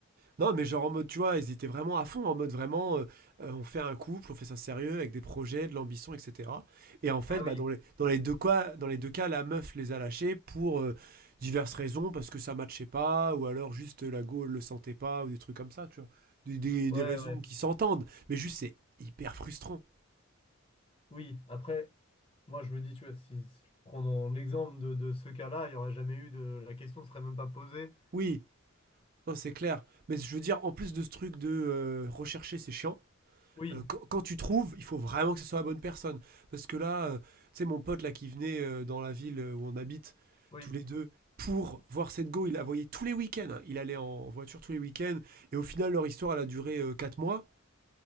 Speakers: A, on the right; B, on the left.
A: Non, mais genre en mode, tu vois, ils étaient vraiment à fond, en mode vraiment, euh, euh, on fait un couple, on fait ça sérieux, avec des projets, de l'ambition, etc. Et en fait,
B: Ah
A: bah,
B: oui,
A: dans les, dans les deux cas, dans les deux cas, la meuf les a lâchés pour euh, diverses raisons, parce que ça matchait pas, ou alors juste euh, la go elle le sentait pas, ou des trucs comme ça, tu vois. Des, des-
B: ouais,
A: des raisons
B: ouais.
A: qui s'entendent, mais juste c'est hyper frustrant.
B: Oui, après, moi je me dis, tu vois, si si je prends dans l'exemple de, de ce cas-là, il n'y aurait jamais eu de. La question ne serait même pas posée.
A: Oui, non, c'est clair. Mais je veux dire, en plus de ce truc de euh, rechercher, c'est chiant.
B: Oui,
A: euh, quand, quand tu trouves, il faut vraiment que ce soit la bonne personne. Parce que là, euh, tu sais, mon pote là qui venait euh, dans la ville euh, où on habite,
B: oui.
A: tous les deux, pour voir cette go, il la voyait tous les week-ends. hein. Il allait en voiture tous les week-ends. Et au final, leur histoire, elle a duré euh, 4 mois.